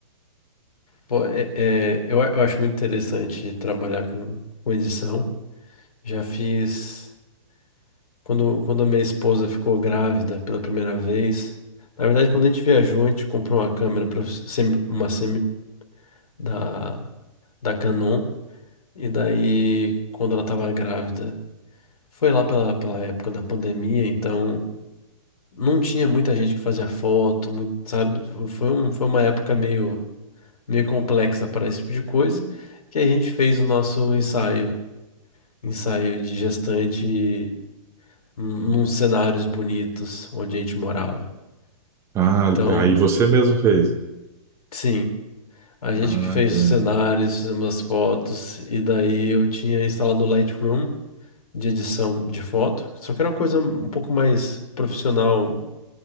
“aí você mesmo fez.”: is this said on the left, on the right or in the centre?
Right